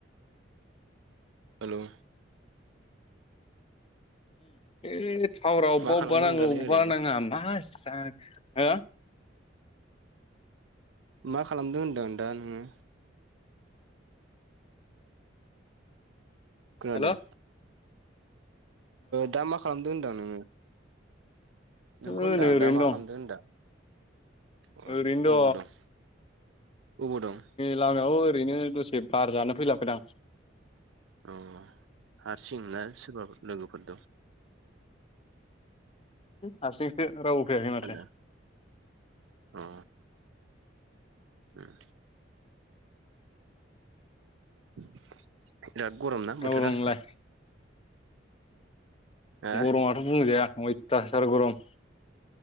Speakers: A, on the right; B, on the left.
A: हेलौ
B: बे थावरा अबेबा
A: मा खालामदों
B: अबेबा नाङो
A: दालाय
B: अबेबा
A: ओरैनो
B: नाङा मास स हो
A: मा खालामदों होनदों दा नोङो? खोनादों
B: हेल'
A: दा मा खालामदों होनदां नोङो? नोंखौ
B: ओ
A: होनदां
B: नै ओरैनो
A: दा मा खालामदों होनदां
B: दं
A: औ
B: ओरैनो
A: उबो दं अबाव दं
B: लामायाव ओरैनो दसे बार जानो फैलाबायदां
A: अ हारसिं ना सोरबा लोगोफोर दं।
B: हारसिंसो रावबो फैयाखै माथो?
A: आदा अ उम बिराद गरम ना बोथोरा
B: अबाव दं नोंलाय?
A: हा
B: गरमाथ' बुंजाया अयथासार गरम